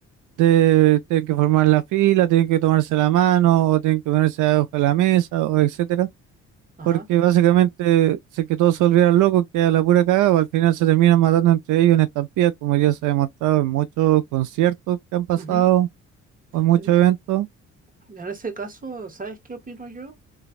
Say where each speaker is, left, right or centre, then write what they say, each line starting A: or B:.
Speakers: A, on the right (about 80°); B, on the right (about 30°).
A: de tienen que formar la fila, tienen que tomarse la mano, o tienen que ponerse debajo de la mesa, o etcétera,
B: Ajá.
A: porque básicamente si que todos se volvieran locos, queda la pura cagada, pues, al final se terminan matando entre ellos en estampillas, como ya se ha demostrado en muchos conciertos que han pasado
B: ujú.
A: o en muchos
B: En,
A: eventos.
B: en ese caso, ¿sabes qué opino yo?